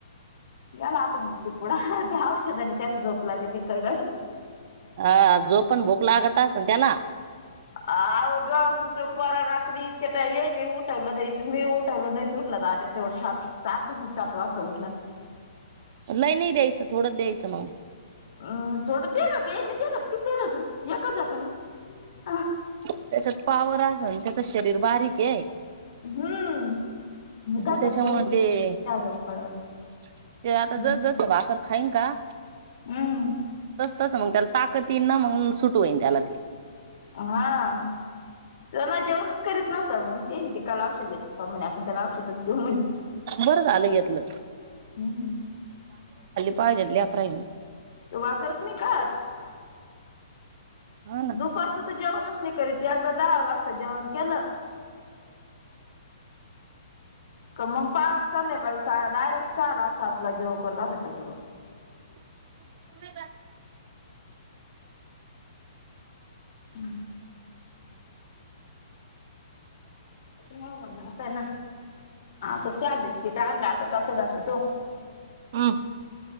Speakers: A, on the left (about 55°); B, on the right (about 40°).
A: याला आता बिस्किट पुढा, त्या औषधानी त्याला झोप लागती का काय?
B: अ-जो पण भोक लागत अस न त्याला.
A: आव डोळा चुटू पार रात्री इतक्या टाईम येईल उठवलं भ्यायचं मी उठवलं नाहीच उठला दादया, शेवट सात-सात-सात वाजता उठलाय.
B: नाही नाही द्यायचं, थोडंच द्यायचं मग.
A: अ थोडं देना ते मी देनत किती होत्यात एकच जाकन ना? <unintelligible>
B: त्याच्यात पावर आसन त्याच शरीर बारीक ये
A: हम्म दात
B: त्याच्यामुळे
A: घास तोंडी
B: ते
A: चहा जरा उकळला घाल
B: <inaudible> ते आता
A: हम्म
B: जस जस भाकर हयं का?
A: हम्म
B: तस तस मग त्याला ताकती ना मग सुट होईन त्याला ते
A: हा तो ना जेवणच करीत नव्हता म्ह ते नाही ते काल औषध घेत म्हणे आपण त्याला औषधच घेऊ म्हणजे
B: बरं झालं घेतलं
A: हम्म
B: पाहिजेल लेकरं हाय मी
A: तो भाकरी नाही खात
B: हो ना.
A: दुपारचं तर जेवणच नाही करीत एकदा दहा वाजता जेवण केलं का मग फार संध्याकाळी सा डायरेक्ट सला सातला जेवण करतो अस करतो तो
B: तुम्ही गर
A: हम्म त्याचमूळ म्हण आताय ना आता चार दिस तीथ आणला आताच आता जाशी तू
B: हम्म